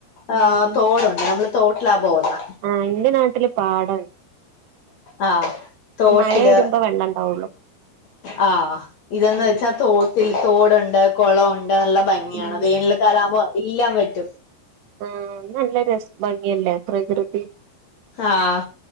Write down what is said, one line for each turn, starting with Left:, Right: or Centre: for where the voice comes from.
Right: ഉം
Left: ആ് തോടുണ്ട് നമ്മള് തോട്ടിലാ പോകുന്ന
Right: ആഹ എന്റെ നാട്ടില് പാട്ടാണ്
Left: ആഹ് തോട്ടില്
Right: മഴ വരുമ്പോ വെള്ളം ഉണ്ടാവുള്ളു
Left: ആഹ ഇതന്ന്
Right: ഉം
Left: വെച്ചാ തോ ത്തിൽ തോടുണ്ട് കുളംുണ്ട് നല്ല ഭംഗിയാണ്
Right: ഉം
Left: വേനൽക്കാലവുമ്പോ എല്ലാം വറ്റും
Right: ആഹ നല്ല രസ ഭംഗിയല്ലേ പ്രകൃതി
Left: ആഹ